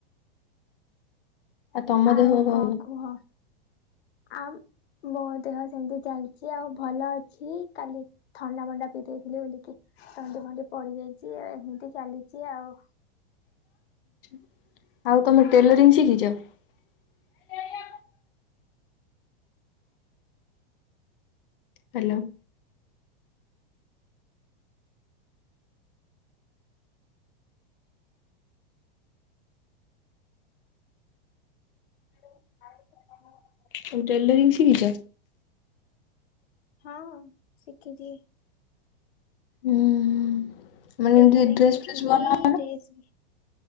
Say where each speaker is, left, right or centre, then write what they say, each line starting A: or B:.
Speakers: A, on the left; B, on the left.
A: ତମ
B: ଆଉ
A: ଦେହ
B: କଣ
A: ଭଲ?
B: କୁହ। ଆମ ବଉ ଦେହ ସେମିତି ଚାଲି ଆଉ ଭଲ ଅଛି କାଲି ଥଣ୍ଡା ମଣ୍ଡା ପିଇ ଦେଇଥିଲି। ବୋଲିକି ଥଣ୍ଡି ଫଣ୍ଡି ପଡିଯାଇଚି ଆଉ ଏମିତି ଚାଲିଚି ଆଉ।
A: <inaudible> ଆଉ ତମେ ଟେଲରିଂ ଶିଖିଛ। <inaudible> ହାଲୋ। <inaudible> ତମେ ଟେଲରିଂ ଶିଖିଚ।
B: ହଁ ଶିଖିଚି।
A: ଉଁ ହୁଁ। ମାନେ
B: ଟେଲରିଙ୍ଗ
A: ଏମିତି ଡ୍ରେସ୍
B: ଶିଖିଛି
A: ଫ୍ରେସ୍ ବନାଅ
B: ଡ୍ରେସ୍ ବି